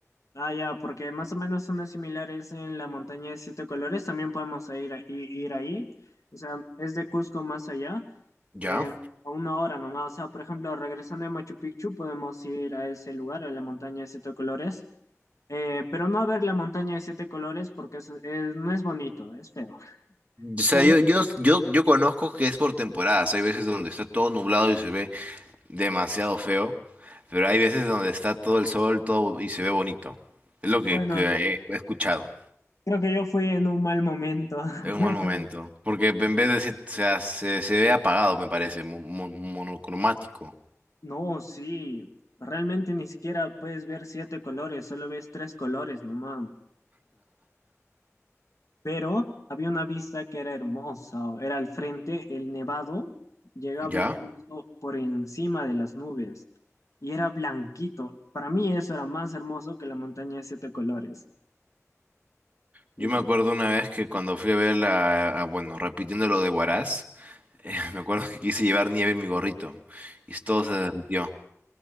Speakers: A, on the left; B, on the right.
A: Ah, ya, porque más o menos son las similares en la montaña de siete colores. También podemos ir, a- i- ir ahí. O sea, es de Cusco más allá,
B: ¿Ya?
A: en- a una hora nomás. O sea, por ejemplo, regresando de Machu Picchu, podemos ir a ese lugar, a la montaña de siete colores. Eh, pero no a ver la montaña de siete colores porque es- es- no es bonito, es feo. O
B: O sea,
A: sea,
B: yo, yo, yo, yo conozco que es por temporadas. Hay veces donde está todo nublado y se ve demasiado feo, pero hay veces donde está todo el sol, todo y se ve bonito. Es lo
A: bueno,
B: que, que he he escuchado.
A: creo que yo fui en un mal momento. <laughs>
B: Es un mal momento. Porque en vez de se, se, se- se ve apagado, me parece, mo- mo- monocromático.
A: No, sí, realmente ni siquiera puedes ver siete colores, solo ves tres colores nomás. Pero había una vista que era hermosa, o era al frente, el nevado llegaba
B: ¿Ya?
A: incluso por encima de las nubes y era blanquito. Para mí eso era más hermoso que la montaña de siete colores.
B: Yo
A: Fíjate.
B: me acuerdo una vez que cuando fui a ver la, a- bueno, repitiendo lo de Huaraz, eh, <laughs> me acuerdo que quise llevar nieve en mi gorrito y todo se derritió.